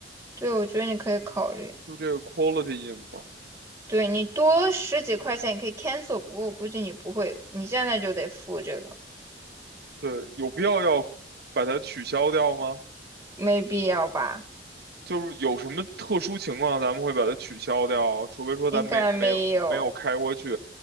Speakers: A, on the right; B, on the right.
A: 对，我觉得你可以考虑。
B: 住这个 quality in 吧，
A: 对你多十几块钱，你可以 cancel，不过我估计你不会，你现在就得付这个，
B: 对，有必要要把它取消掉吗？
A: 没必要吧？
B: 就是有什么特殊情况咱们会把它取消掉，除非说咱没没有没有开过去，
A: 应该没有，